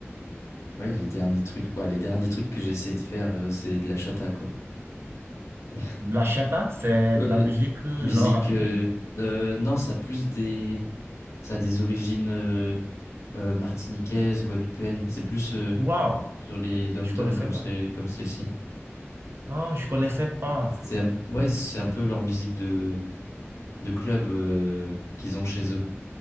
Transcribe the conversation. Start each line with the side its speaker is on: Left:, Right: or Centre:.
Left: ouais, les derniers trucs, ouais, les derniers trucs que j'ai essayé de faire, euh, c'est de la chata, quoi. <laughs>
Right: La chata, c'est
Left: Euh,
Right: de la musique euh,
Left: musique,
Right: nord-africaine?
Left: euh, euh, non, ça a plus des. Ça a des origines euh, euh, martiniquaises, guadeloupéennes. C'est plus euh,
Right: Waouh,
Left: sur les dom-toms
Right: je connaissais
Left: comme
Right: pas.
Left: c'est comme celle-ci.
Right: Ah, je connaissais pas.
Left: C'est un- ouais, c'est un peu leur musique de, de club euh, qu'ils ont chez eux.